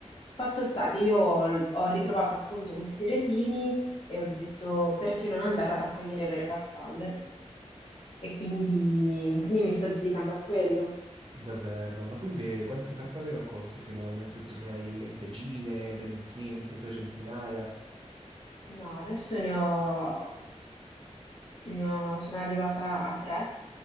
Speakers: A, on the left (about 50°); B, on the right (about 50°).
A: Fatto sta che io ho ho ritrovato appunto questi retini e ho detto perché non andare a raccogliere vere farfalle? E quindi, quindi mi sto dedicando a quello.
B: davvero? Ma quindi quante farfalle hai raccolto finora? Nel senso ne hai decine, ventine, addirittura centinaia?
A: No, adesso ne ho, ne ho- sono arrivata a tre,